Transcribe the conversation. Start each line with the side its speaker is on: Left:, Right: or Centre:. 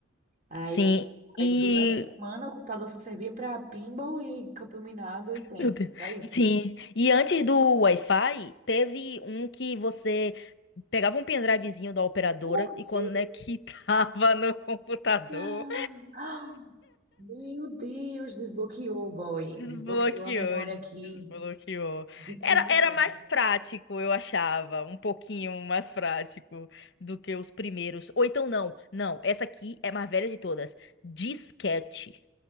Right: Aí,
Left: Sim. E.
Right: aí durante a semana o computador só servia pra pinball e campo minado e pente,
Left: Meu Deus.
Right: só isso.
Left: Sim. E antes do Wi-Fi, teve um que você pegava um pendrivezinho da operadora
Right: Oh,
Left: e
Right: sim,
Left: conectava <laughs> no computador.
Right: menina! Ah, Meu Deus, desbloqueou, boy.
Left: Desbloqueou,
Right: Desbloqueou a memória aqui
Left: desbloqueou.
Right: de 500
Left: Era, era
Right: anos.
Left: mais prático, eu achava. Um pouquinho mais prático do que os primeiros. Ou então, não. Não, essa aqui é a mais velha de todas. Disquete.